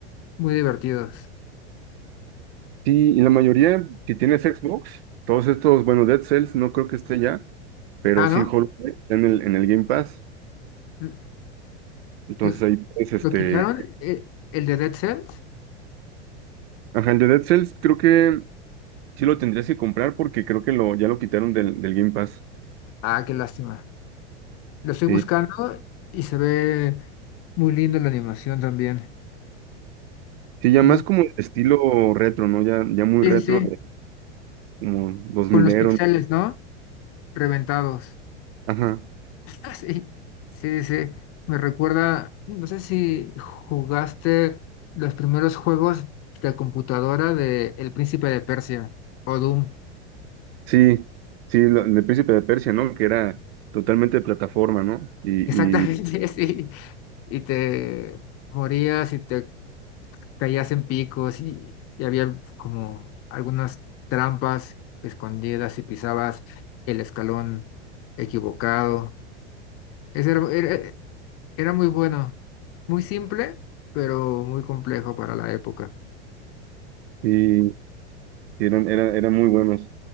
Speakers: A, on the left (about 40°); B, on the right (about 60°).
A: muy divertidos.
B: Sí, y la mayoría, si tienes Xbox, todos estos, bueno, Dead Cells no creo que esté ya. Pero
A: Ah,
B: sí,
A: ¿no?
B: Hollow Knight está en el, en el Game Pass.
A: L-
B: Entonces
A: l-
B: ahí puedes, este.
A: ¿Lo quitaron eh, el de Dead Cells?
B: Ajá, el de Dead Cells creo que sí lo tendrías que comprar porque creo que lo, ya lo quitaron del, del Game Pass.
A: Ah, qué lástima. Lo estoy
B: Sí.
A: buscando y se ve muy lindo la animación también.
B: Sí, ya
A: Muy...
B: más como estilo retro, ¿no? Ya, ya muy
A: Sí,
B: retro,
A: sí, sí,
B: de como dos ero.
A: con los pixeles, ¿no? Reventados.
B: Ajá.
A: <laughs> Ah, Sí, sí, sí. Me recuerda, no sé si jugaste los primeros juegos de computadora de El Príncipe de Persia o Doom.
B: Sí, sí, lo- el de Príncipe de Persia, ¿no? Que era totalmente de plataforma, ¿no? Y,
A: Exactamente, <laughs> sí. Y te morías y te caías en picos y, y había como algunas trampas escondidas y pisabas el escalón equivocado. Ese era, era era muy bueno, muy simple, pero muy complejo para la época.
B: y, Sí, eran, eran, eran muy buenos.